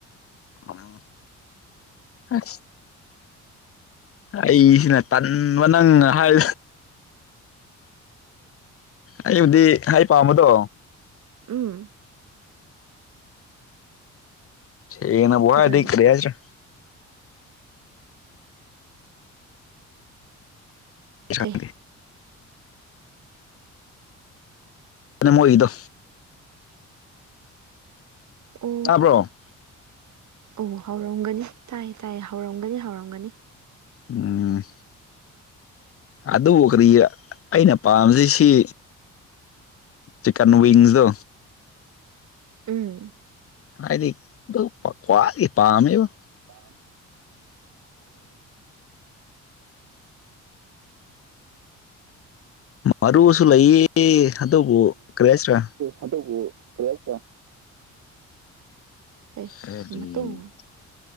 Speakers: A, on the left (about 50°); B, on the right (about 70°).
A: ꯎꯝ ꯑ ꯑꯩꯁꯤꯅ ꯇꯟꯕ ꯅꯪ ꯍꯥꯏ ꯑꯩꯕꯨꯗꯤ ꯍꯥꯏ ꯄꯥꯝꯕꯗꯣ
B: ꯎꯝ
A: ꯁꯤꯅ ꯕꯍꯗꯤ
B: ꯀꯩꯗꯧꯔꯕ
A: ꯀꯔꯤ ꯌꯥ ꯍꯥꯏꯖ꯭ꯔꯥ ꯁꯥꯟ
B: ꯀꯩ
A: ꯑ ꯃꯣꯏꯒꯤꯗꯣ
B: ꯑꯣ
A: ꯇꯥꯕ꯭ꯔꯣ
B: ꯑꯣ ꯍꯧꯔꯝꯒꯅꯤ ꯇꯥꯏꯌꯦ ꯇꯥꯏ ꯍꯧꯔꯝꯒꯅꯤ ꯍꯧꯔꯝꯒꯅꯤ
A: ꯎꯝ ꯑꯗꯨꯕꯨ ꯀꯔꯤ ꯑꯩꯅ ꯄꯥꯝꯁꯤꯁꯤ ꯆꯤꯛꯟ ꯋꯤꯤꯡꯁ
B: ꯎꯝ
A: ꯍꯥꯏꯗꯤ ꯑꯗꯨ ꯈ꯭ꯋꯥꯗꯒꯤ ꯄꯥꯝꯃꯦꯕ
B: ꯄꯅꯤ
A: ꯃꯔꯨꯁꯨ ꯂꯩꯌꯦ ꯑꯗꯨꯕꯨ ꯀꯔꯤ ꯍꯥꯏꯁꯤꯔꯥ
B: ꯍꯗꯕꯨ ꯄꯌꯥꯁ ꯋꯥ ꯀꯩ
A: ꯀꯔꯤꯅꫭ
B: ꯃꯇꯨꯡ